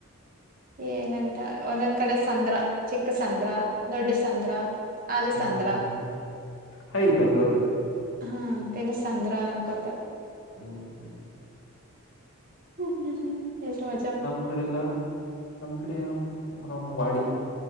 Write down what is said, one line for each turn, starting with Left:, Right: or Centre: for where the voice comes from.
Right: ಏನಂತ ಒಂದೊಂದ್ ಕಡೆ ಸಂದ್ರ ಚಿಕ್ಕಸಂದ್ರ ದೊಡ್ಡಸಂದ್ರ ಅಲಸಂದ್ರ
Left: ಹ್ಮ್ ಹ್ಮ್ ಹ್ಮ್ ಹ ಇದು ಬೆಂಗ್ಳೂರ್ದ
Right: ಹಾ ತಿನ್ನಿಸ್ಂದ್ರ ಅನ್ಕೊತ
Left: ಹ್ಮ ಹ್ಮ
Right: ಹ್ಮ ಹ್ಮ್ಮ್ ಎಷ್ಟ ಮಾಡ
Left: ನಮ್ ಕಡೆಲ್ಲ ನಮ್ ಕಡೆ ನ ವಾಡಿ